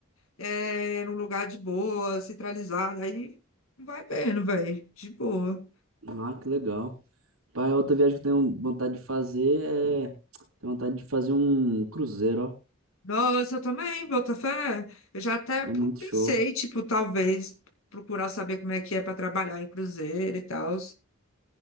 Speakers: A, on the left; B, on the right.
A: é, num lugar de boa, centralizado. Aí vai vendo, velho, de boa.
B: Ah, que legal. Pai, outra viagem que eu tenho vontade de fazer é. Tenho vontade de fazer um cruzeiro, ó.
A: Nossa, eu também, Botafé. Eu já até
B: É
A: pro-
B: muito
A: pensei,
B: show.
A: tipo, talvez procurar saber como é que é pra trabalhar em cruzeiro e tal.